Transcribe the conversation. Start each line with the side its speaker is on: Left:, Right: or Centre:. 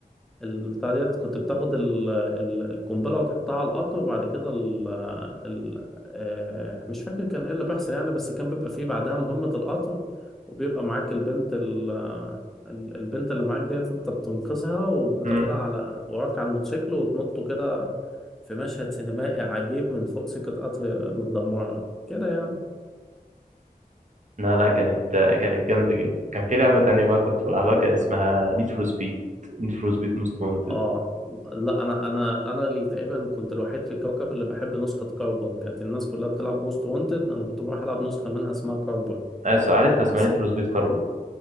Centre: البتاع ديت كنت بتاخد ال... ال... القنبله وتحطها على القطر وبعد كده ال... ال... آه مش فاكر كان ايه اللي بيحصل يعني بس كان بيبقى فيه بعدها مهمه القطر وبيبقى معاك البنت ال... ال- البنت اللي معاك ديت انت بتنقذها وبتاخدها
Right: أمم
Centre: على وراك على الموتوسيكل وتنطوا كده في مشهد سينمائي عجيب من فوق سكه قطر متدمره كده يعني
Right: لا لا كانت كانت جامدة جدا كان في لعبة تانية بقى كنت بلعبها كان اسمها نيد فور سبيد نيد فور سبيد موست وانتد
Centre: اه لا انا انا انا اللي تقريبا كنت الوحيد في الكوكب اللي بحب نسخة كربون كانت الناس كلها بتلعب موست وانتد انا كنت بروح العب نسخة منها اسمها كربون
Right: عارفها اسمها
Centre: بس
Right: نيد
Centre: ك...
Right: فور سبيد كاربون